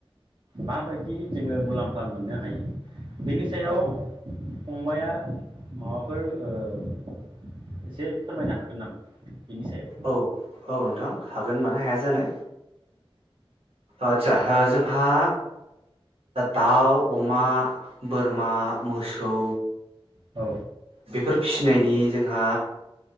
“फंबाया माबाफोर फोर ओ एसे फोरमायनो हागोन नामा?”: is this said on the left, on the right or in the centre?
Right